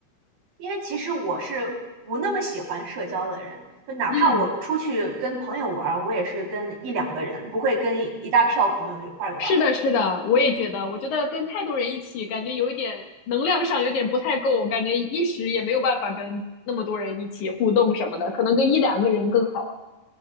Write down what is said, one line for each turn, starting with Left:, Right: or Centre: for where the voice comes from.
Right: 因为其实我是不那么喜欢社交的人，就哪怕我出去跟朋友玩我也是跟一两个人，
Left: 嗯，
Right: 不会跟一大票朋友一块儿玩
Left: 是的，是的，我也觉得，
Right: 嗯，
Left: 我觉得跟太多人一起，感觉有一点能量上有点不太够，感觉一时也没有办法跟那么多人一起互动什么的，可能跟一两个人更好。